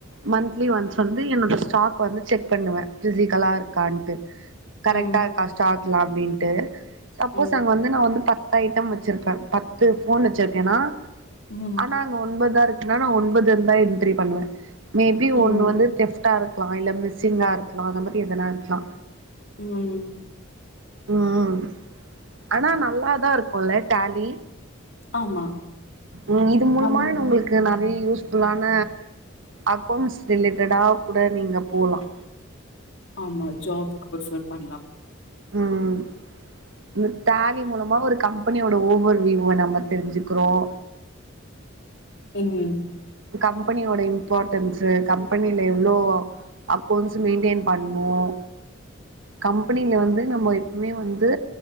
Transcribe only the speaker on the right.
மந் ந்லி ஒன்ஸ் வந்து என்னோட ஸ்டாக் உக்காந்து செக் பண்ணுவே பிசிக்கலா இருக்கான்ட்டு கரெக்டா
இருக்கா ஸ்டாக்குலாம் மிட்டு சப்போஸ்
அங்க வந்து நா வந்து பத் த்த ஐட்டம் வெச்சுருக்கோம் பத்து போனு வெச்சுருக்கேன்னா
ஆனா அங்க ஒன்பதா இருக்குன்னா நா ஒன்பது இதுருந்தா என்ரீ பண்ணுவே மேபி ஒன்னு
வந்து டெஷ்டா இருக் க்குலா இல்ல மிஸ்ஸிங்கா இருக்கலா அந்த மாதிரி எதனா இருக்கலா
உஹம் அனா நல்லாதா இருக்குல டால்லி
உம் இது மூலம
உங்களுக்கு நான் யூஸ் ஃபுல்லான அக்கவுண்ட்ஸ் ரிலேட்டடா கூட நீங்க போலாம்
உம் இத்த டால்லி மூலமா ஒரு கம்பெனியோட ஓவர் வியூவ நம்ம தெரிஞ்சுக்கிறோம்
கம்பெனியோட இம்பார்ட்டன்ஸ் கம்பெனில எவ்ளோ அக்கௌன் மெயடென் பண்ணும் கம்பெனில வந்து நம்ம எப்பவுமே வந்து